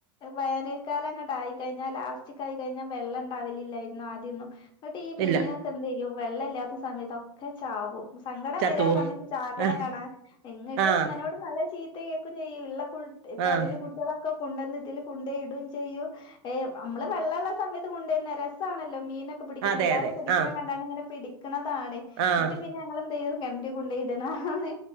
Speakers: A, on the left; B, on the right.
A: വേനൽക്കാലം അങ്ങോട്ട് ആയി കഴിഞ്ഞാൽ ലാസ്റ്റൊക്കെ ആയി കഴിഞ്ഞാൽ വെള്ളം ഉണ്ടാവില്ലായിരുന്നു ആദ്യൊന്നും ന്നട്ട് ഈ മീനെയൊക്കെ
B: ഇല്ല
A: എന്തെയ്യും വെള്ളം ഇല്ലാത്ത സമയത്തൊക്കെ ചാവും സങ്കടം
B: ചത്തുപോവും
A: വരും ആ സമയത്ത് ചാകണ
B: ആഹ്
A: കാണാൻ എന്നിട്ട്
B: ആഹ്
A: ഉമ്മനോട് പറ ചീത്ത കേൾക്കും ചെയ്യും ഉള്ള പരല്
B: ആഹ്
A: കുട്ടി കള ഒക്ക കൊണ്ടന്ന് ഇതിൽ കൊണ്ടോയി ഇടും ചെയ്യും ഏയ് നമ്മള് വെള്ളമുള്ള സമയത്ത് കൊണ്ടുന്ന രസാണല്ലോ മീനൊക്കെ പിടിക്കുന്ന
B: അതെ
A: എല്ലാരും
B: അതെ
A: പിടിക്കുന്നത്
B: ആഹ്
A: കണ്ടാണ് ഇങ്ങനെ പിടി വെയ്ക്കണതാണ്
B: ആഹ്
A: എന്നിട്ട് പിന്നെ ഇങ്ങള് എന്ത്‌ ചെയ്തു കിണറ്റിൽ കൊണ്ട് ഇടുന്നെആണ്